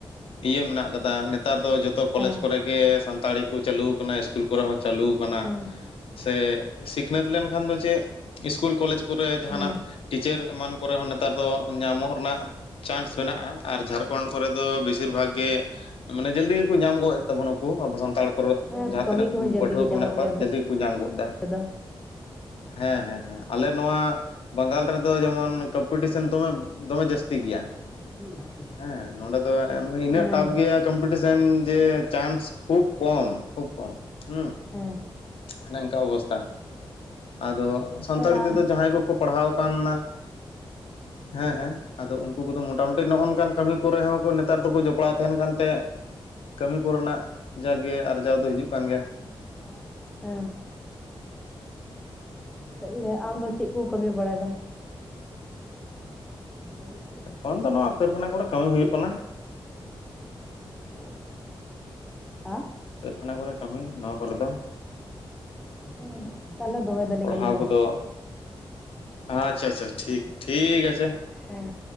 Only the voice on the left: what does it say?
ᱤᱭᱟᱹ ᱢᱮᱱᱟᱜ ᱟᱠᱟᱫᱟ ᱾ ᱱᱮᱛᱟᱨ ᱫᱚ ᱡᱚᱛᱚ ᱠᱚᱞᱮᱡᱽ
ᱠᱚᱨᱮ ᱜᱮ ᱥᱟᱱᱛᱟᱲᱤ ᱠᱚ ᱪᱟᱹᱞᱩ ᱟᱠᱟᱱᱟ, ᱤᱥᱠᱩᱞ ᱠᱚᱨᱮ ᱦᱚᱸ ᱪᱟᱹᱞᱩ ᱟᱠᱟᱱᱟ
ᱥᱮ ᱥᱤᱠᱷᱱᱟᱹᱛ ᱞᱮᱱᱠᱷᱟᱱ ᱫᱚ ᱪᱮᱫ ᱤᱥᱠᱩᱞ ᱠᱚᱞᱮᱡᱽ ᱠᱚᱨᱮ ᱡᱟᱦᱟᱸᱱᱟᱜ
ᱴᱤᱪᱟᱹᱨ ᱮᱢᱟᱱ ᱠᱚᱨᱮ ᱦᱚᱸ ᱱᱮᱛᱟᱨ ᱫᱚ ᱧᱟᱢᱚᱜ ᱨᱮᱱᱟᱜ ᱪᱟᱱᱥ ᱢᱮᱱᱟᱜᱼᱟ ᱟᱨ ᱡᱷᱟᱨ ᱠᱷᱚᱸᱰ ᱠᱚᱨᱮ ᱫᱚ ᱵᱮᱥᱤᱨ ᱵᱷᱟᱜᱽ ᱜᱮ ᱢᱟᱱᱮ ᱡᱟᱹᱞᱫᱤ ᱜᱮᱠᱚ ᱧᱟᱢ ᱜᱚᱫ ᱛᱟᱵᱚᱱᱟ ᱠᱚ ᱟᱵᱚ ᱥᱟᱱᱛᱟᱲ ᱠᱚᱨᱮᱜ
ᱡᱟᱦᱟᱸ
ᱛᱤᱱᱟᱹᱜ
ᱯᱟᱹᱴᱷᱩᱣᱟᱹ
ᱠᱚ
ᱢᱮᱱᱟᱜ ᱠᱚᱣᱟ
ᱡᱟᱹᱞᱫᱤ ᱜᱮᱠᱚ ᱧᱟᱢ ᱜᱚᱫ ᱮᱫᱟ᱾
ᱦᱮᱸ ᱦᱮᱸ ᱦᱮᱸ, ᱟᱞᱮ ᱱᱚᱣᱟ ᱵᱟᱝᱜᱟᱞ ᱨᱮᱫᱚ ᱡᱮᱢᱚᱱ ᱠᱟᱢᱯᱤᱴᱤᱥᱮᱱ ᱫᱚᱢᱮ ᱫᱚᱢᱮ ᱡᱟᱹᱥᱛᱤ ᱜᱮᱭᱟ ᱾
ᱦᱮᱸ, ᱱᱚᱸᱰᱮ ᱫᱚ <inaudible> ᱤᱱᱟᱹᱜ
ᱴᱟᱯ ᱜᱮᱭᱟ ᱠᱚᱢ ᱞᱤᱴᱤᱥᱮᱱ ᱡᱮ ᱪᱟᱱᱥ ᱠᱷᱩᱵ ᱠᱚᱢ ᱠᱷᱩᱵ ᱠᱚᱢ᱾ ᱦᱩᱸ,
ᱚᱱᱮ ᱚᱱᱠᱟ ᱚᱵᱚᱥᱛᱛᱟ ᱾ ᱟᱫᱚ ᱥᱟᱱᱛᱟᱲᱤ
ᱛᱮᱫᱚ ᱡᱟᱦᱟᱸᱭ ᱠᱚᱠᱚ ᱯᱟᱲᱦᱟᱣ ᱠᱟᱱᱟ ᱦᱮᱸ ᱦᱮᱸ ᱟᱫᱚ ᱩᱱᱠᱩ ᱠᱚᱫᱚ ᱢᱚᱴᱟᱢᱩᱴᱤ ᱱᱚᱜᱼᱚᱝᱠᱟ ᱠᱟᱹᱢᱤ ᱠᱚᱨᱮ ᱦᱚᱸ ᱠᱚ ᱱᱮᱛᱟᱨ ᱫᱚᱠᱚ ᱡᱚᱯᱲᱟᱣ ᱛᱟᱦᱮᱱ ᱠᱟᱱᱛᱮ ᱠᱟᱹᱢᱤ ᱠᱚᱨᱮᱱᱟᱜ ᱡᱟᱜ ᱜᱮ ᱟᱨᱡᱟᱣ ᱫᱚ ᱦᱤᱡᱩᱜ ᱠᱟᱱ ᱜᱮᱭᱟ ᱾
ᱮᱠᱷᱚᱱ ᱫᱚ ᱱᱚᱣᱟ ᱠᱟᱹᱨᱠᱷᱟᱱᱟ ᱠᱚᱨᱮ ᱠᱟᱹᱢᱤ ᱦᱩᱭᱩᱜ ᱠᱟᱱᱟ ᱾
ᱦᱟᱱᱟ ᱠᱚᱨᱮ ᱠᱟᱹᱢᱤ ᱱᱚᱣᱟ ᱠᱚᱨᱮ ᱫᱚ
ᱯᱟᱲᱦᱟᱣ
ᱠᱚᱫᱚ
ᱟᱪᱪᱷᱟ ᱟᱪᱪᱷᱟ ᱴᱷᱤᱠ ᱴᱷᱤᱠ ᱟᱪᱷᱮ